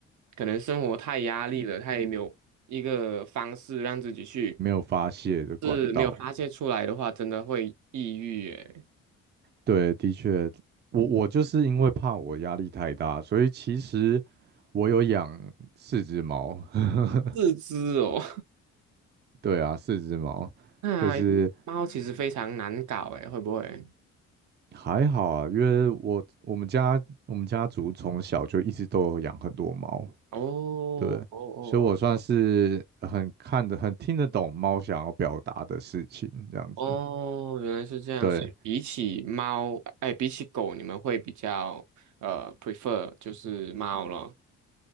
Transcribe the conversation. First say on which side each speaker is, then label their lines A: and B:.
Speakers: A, on the right; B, on the right.
A: 可能生活太压力了，他也没有一个方式让自己去，
B: 没有发泄的管道。
A: 是没有发泄出来的话，真的会抑郁耶。
B: 对，的确，我我就是因为怕我压力太大，所以其实我有养四只猫。<laughs>
A: 自知哦。
B: 对啊，四只猫，
A: 那猫其实非常难搞诶，
B: 就是
A: 会不会？
B: 还好啊，因为我我们家我们家族从小就一直都有养很多猫，
A: 哦
B: 对，
A: 哦哦
B: 所以我算是很看得很听得懂猫想要表达的事情，这样子。
A: 哦哦，原来是这样。
B: 对，
A: 所以比起猫，哎，比起狗，你们会比较呃 prefer 就是猫咯。